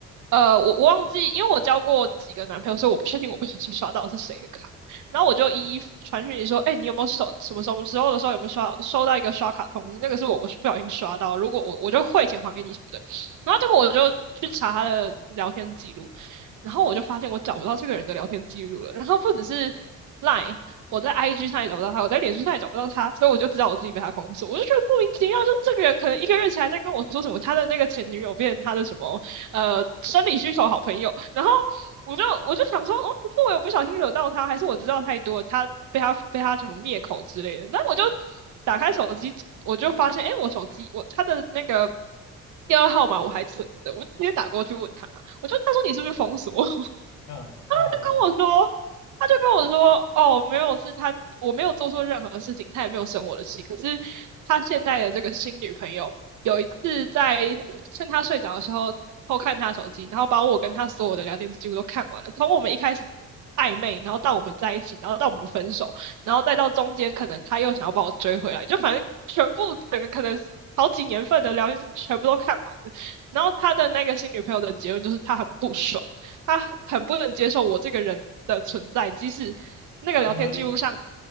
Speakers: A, on the right; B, on the left.
A: 呃，我我忘记，因为我交过几个男朋友，所以我不确定我不小心刷到是谁的卡。然后我就一一传讯息说，哎、你有没有收什么什么时候的时候有没有刷收到一个刷卡通知？那个是我不不小心刷到，如果我我就汇钱还给你什么的。然后结果我就去查他的聊天记录，然后我就发现我找不到这个人的聊天记录了。然后不只是赖，我在 IG 上也找不到他，我在脸书上也找不到他，所以我就知道我自己被他封锁。我就觉得莫名其妙，就这个人可能一个月前还在跟我说什么他的那个前女友变成他的什么呃生理需求好朋友，然后我就我就想说，哦，是我有不小心惹到他，还是我知道太多，他被他被他什么灭口之类的？那我就打开手机，我就发现，哎，我手机我他的那个电话号码我还存着，我就直接打过去问他，我就他说你是不是封锁我？
B: 嗯，那他说什么？
A: 就跟我说，他就跟我说，哦，没有，是他，我没有做错任何事情，他也没有生我的气。可是他现在的这个新女朋友，有一次在趁他睡着的时候偷看他手机，然后把我跟他所有的聊天记录都看完了，从我们一开始。暧昧，然后到我们在一起，然后到我们分手，然后再到中间，可能他又想要把我追回来，就反正全部整个可能好几年份的聊天记录全部都看完了。然后他的那个新女朋友的结论就是他很不爽，他很不能接受我这个人的存在，即使那个聊天记录上
B: 蛮合理的